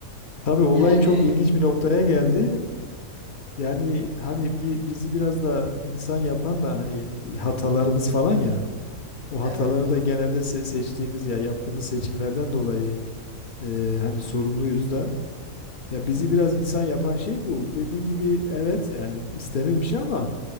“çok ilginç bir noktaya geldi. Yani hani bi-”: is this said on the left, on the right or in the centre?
Left